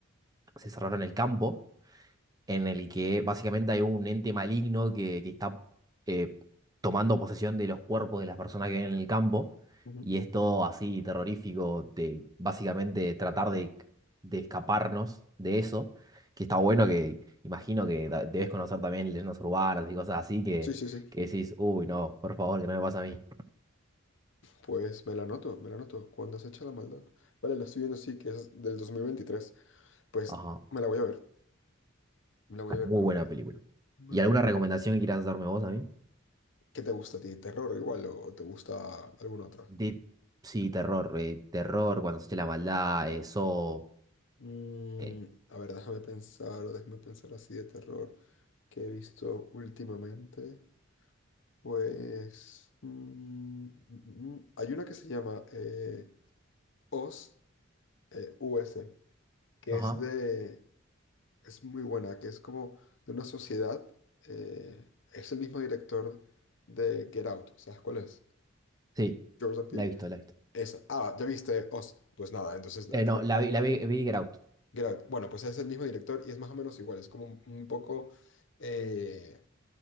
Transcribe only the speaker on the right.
se desarrolla en el campo en el que básicamente hay un ente maligno que, que está eh, tomando posesión de los cuerpos de las personas que viven en el campo,
y es todo así terrorífico, de básicamente tratar de, de escaparnos de eso, que está bueno que imagino que da- debes conocer también leyendas urbanas y cosas así que,
que decís, uy, no, por favor, que no me pase a mí.
Ajá,
muy
buena
película.
¿Y
alguna recomendación que quieras hacerme vos a mí?
De, sí, terror, eh, terror, cuando se eche la maldad, eso
eh,
Ajá.
Sí,
la he visto, la he visto.
Eh,
no, la vi, la vi, vi Get Out.